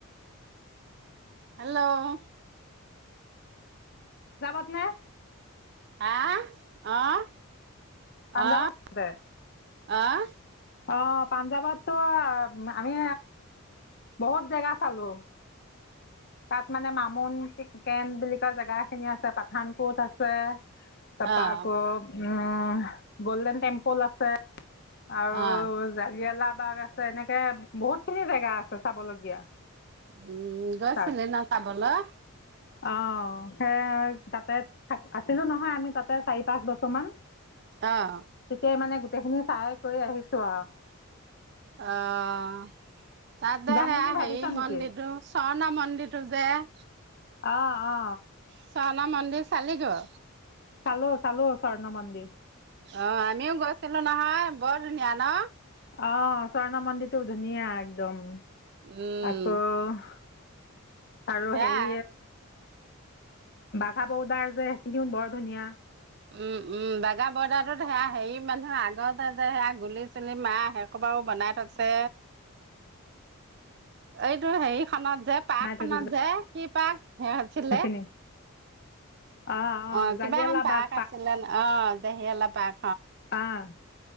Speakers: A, on the right; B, on the left.
A: হেল্ল'
B: ক পত নাই <unintelligible>
A: আহা আহ
B: পাঞ্জাৱত
A: আহ
B: দে
A: আহ
B: অ পাঞ্জাৱততো আমি বহুত জেগা চালো তাত মানে মামন ঠিক কেন বুলি কোৱা জেগা খিনি আছে পাঠান কোট আছে তপা
A: আহ
B: আকৌ উম গল্ডেন টেম্পল আছে আৰু
A: আহ
B: জালিয়ালা বাগ আছে এনেকে বহুত খিনি জেগা আছে চাবলগীয়া
A: উম গৈছিলে
B: তাত
A: ন চাবলৈ
B: অ সে তাতে আছিলো নহয় আমি তাতে চাৰি পাঁচ বছৰ কি
A: আহ
B: তেতিয়াই মানে গোটেইখিনি চাই কৰি আহিছো আহ
A: আহ তাতে
B: যাম
A: সে
B: বুলি
A: হেৰি
B: ভাবিছ নেকি
A: মন্দিৰটো সৰ্ণা মন্দিৰটো যে <inaudible>
B: অ অ
A: স্বৰ্ণা মন্দিৰ চালি গে
B: চালো চালো স্বৰ্ণ মন্দিৰ
A: অ আমিও গৈছিলো নহয় বৰ ধুনীয়া ন
B: অ স্বৰ্ণ মন্দিৰটোও ধুনীয়া একদম
A: উম
B: আকৌ আৰু
A: সেয়া
B: হেৰি বাঘা বৌদাৰ যে সেইখিনি বৰ ধুনীয়া
A: উম উম বাগা বৰ্দাৰটোত সেয়া হেৰি মানুহ আগতে যে সেয়া গুলি চুলি মাহে সৈইসোপাও বনাই থৈছে এইটো হেৰিখনত যে পাৰ্ক
B: বনাই থৈ
A: খনত
B: দিছে
A: যে কি পাক হে আছিলে
B: সেইখিনি অঁ অঁ
A: অ কিবা
B: জালিয়ালাবাগ
A: এখন পাৰ্ক আছিলে ন অ দেহি অলপ পাক
B: আহ